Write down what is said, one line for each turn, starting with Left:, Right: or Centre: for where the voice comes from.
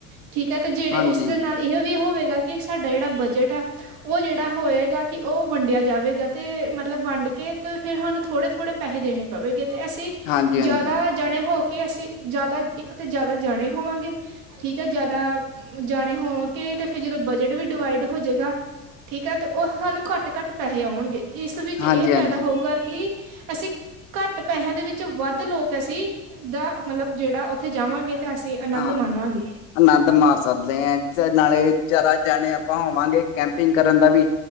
Right: ਠੀਕ ਹੈ ਤੇ ਜਿਹੜੇ
Left: ਹਾਂਜੀ
Right: ਉਸਦੇ ਨਾਲ ਇਹ ਵੀ ਹੋਵੇਗਾ ਕਿ ਸਾਡਾ ਜਿਹੜਾ ਬਜਟ ਆ ਉਹ ਜਿਹੜਾ ਹੋਏਗਾ ਕਿ ਉਹ ਵੰਡਿਆ ਜਾਵੇਗਾ ਤੇ ਮਤਲਬ ਵੰਡ ਕੇ ਤੇ ਫਿਰ ਸਾਨੂੰ ਥੋੜ੍ਹੇ-ਥੋੜ੍ਹੇ ਪੈਹੈ ਦੇਣੀ ਪਵੇਗੀ ਤੇ ਅਸੀਂ
Left: ਹਾਂਜੀ ਹਾਂਜੀ
Right: ਜ਼ਿਆਦਾ ਜਾਣੇ ਹੋ ਕਿ ਅਸੀਂ ਜਿਆਦਾ ਇੱਕ ਤੇ ਜਿਆਦਾ ਜਾਣੇ ਹੋਵਾਂਗੇ ਠੀਕ ਹੈ ਜਿਆਦਾ ਜਾਣੇ ਹੋ ਕੇ ਤੇ ਫਿਰ ਜਦੋਂ ਬਜਟ ਵੀ ਡਿਵਾਈਡ ਹੋ ਜੇ ਠੀਕ ਹੈ ਤੇ ਉਹ ਸਾਨੂੰ ਘੱਟ -ਘੱਟ ਪੈਹੈ ਆਣਗੇ ਇਸ ਵਿੱਚ
Left: ਹਾਂਜੀ
Right: ਇਹ
Left: ਹਾਂਜੀ
Right: ਫਾਇਦਾ ਹੋਊਗਾ ਕਿ ਅਸੀਂ ਘੱਟ ਪੈਹੈ ਦੇ ਵਿੱਚ ਵੱਧ ਲੋਕ ਅਸੀਂ ਦਾ ਮਤਲਬ ਜਿਹੜਾ ਉੱਥੇ ਜਾਵਾਂਗੇ ਤੇ ਅਸੀਂ ਆਨੰਦ
Left: ਹਾਂ
Right: ਮਾਣਾਂਗੇ
Left: ਆਨੰਦ ਮਾਰ ਸਕਦੇ ਆ ਨਾਲੇ ਜ਼ਰਾ ਜਾਣੇ ਆਪਾਂ ਹੋਵਾਂਗੇ। ਕੈਂਪਿੰਗ ਕਰਨ ਦਾ ਵੀ